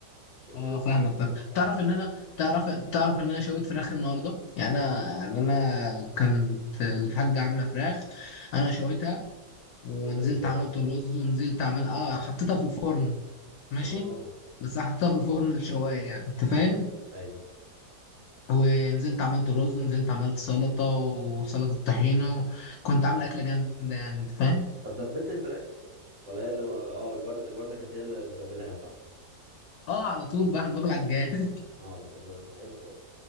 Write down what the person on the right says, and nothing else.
عشان
كده
الموضوع
بيبقى
صعب
شويتها ازاي
اه
ايوه
طب تبلت الفراخ ولا هي اللي اه الوالد الوالده كانت هي اللي متبلاها صح
اه تمام حلو ده